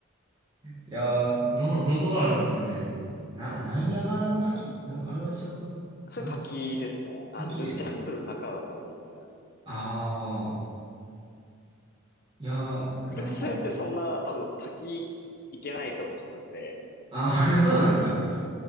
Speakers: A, on the right; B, on the left.
A: いやー、ど、どこがあるんですよね。な、ナイアガラの滝うんあれは違うか。
B: それ滝ですね。
A: なんか、滝です。
B: あの、全然ジャングルの中だと思うんで。
A: ああ、いやー、
B: クルーズ船ってそんな多分滝行けないと思うんで。
A: なんか、ああ、<laughs> そうなんですか。